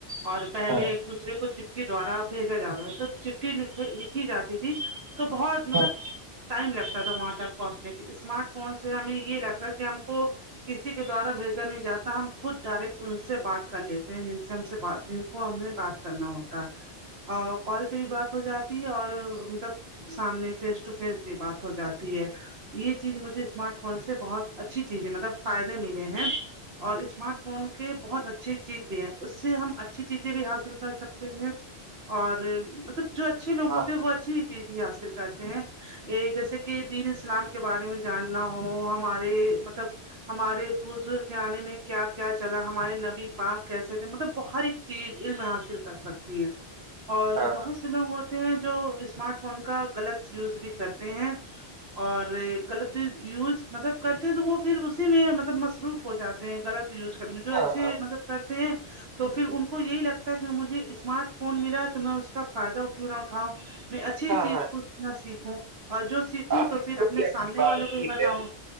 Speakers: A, on the right; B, on the right.
A: اور پہلے
B: ہاں
A: دوسرے کو چٹٹیھی دوارا بھیجا جاتا ہے تو چٹھی لکھی جاتی تھی تو بہت مطلب
B: ہاں
A: ٹائم لگتا تھا وہاں تک پہنچنے کے اسمارٹ فون سے ہمیں یہ لگتا کہ ہم کو کسی کے دوارا بھیجا نہیں جاتا ہم خود ڈائریکٹ ان سے بات کر لیتے ہیں جن سے ہم سے بات کو ہمیں بات کرنا ہوتا ہے
B: <inaudible>
A: ا کال پہ بھی بات ہو جاتی ہے اور مطلب سامنے فیس ٹو فیس بھی بات ہو جاتی ہے یہ چیز مجھے اسمارٹ فون سے بہت اچھی چیز ہے مطلب فائدے ملے ہیں اور اسمارٹ فون کے بہت اچھی چیز بھی ہے اس سے ہم اچھی چیزیں بھی حاصل کر سکتے ہیں اور مطلب جو اچھے لوگ
B: ہاں
A: ہوتے ہیں وہ اچھی چیزی حاصل کرتے ہیں یہ جیسے کہ دین اسلام کے بارے میں جاننا ہو ہمارے مطلب ہمارے بزرگ آنے میں کیا کیا چلا ہمارے نبی پاک کیسے تھے مطلب بر چیز علم حاصل کر سکتی ہے اور
B: ہاں
A: بہت سے لوگ ہوتے ہیں جو اسمارٹ فون کا غلط یوز بھی کرتے ہیں اور غلط یوز مطلب کرتے ہیں تو وہ پھر اسی میں مطلب مصروف ہو جاتے ہیں غلط یوز کرنے میں جو
B: ہاں
A: اچھے
B: ہاں
A: مطلب کرتے ہیں تو پھر ان کو یہی لگتا ہے کہ مجھے اسمارٹ فون ملا تو میں اس کا فائدہ ا نہ اٹھاؤں میں اچھی
B: ہاں
A: چیز
B: ہاں
A: ک نہ سیکھوں اور جو سیکھوں
B: آپ
A: تو
B: نے
A: پھر
B: بہت
A: اپنے
B: ہی اچھی
A: سامنے
B: بات
A: والوں کو
B: کی
A: بھی بتاؤں
B: ہے